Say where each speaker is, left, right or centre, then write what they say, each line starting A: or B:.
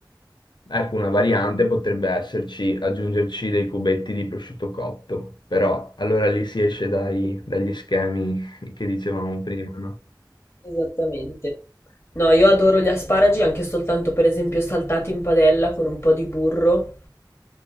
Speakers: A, on the left; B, on the left.
A: Ecco, una variante potrebbe esserci aggiungerci dei cubetti di prosciutto cotto, però allora lì si esce dai- dagli schemi che dicevamo prima, no?
B: Esattamente. No, io adoro gli asparagi anche soltanto per esempio saltati in padella con un po' di burro.